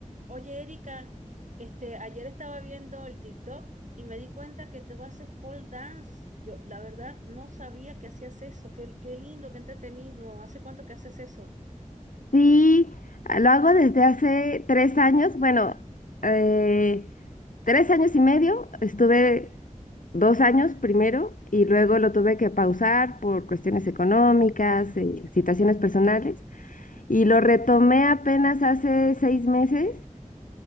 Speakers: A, on the right; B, on the left.
A: Oye, Erika, este, ayer estaba viendo el TikTok y me di cuenta que tú haces pole dance. Yo, la verdad, no sabía que hacías eso. Qué, qué lindo, qué entretenido. ¿Hace cuánto que haces eso?
B: Sí, ah, lo hago desde hace tres años. Bueno, eh, tres años y medio. Estuve dos años primero y luego lo tuve que pausar por cuestiones económicas, eh, situaciones personales. Y lo retomé apenas hace seis meses.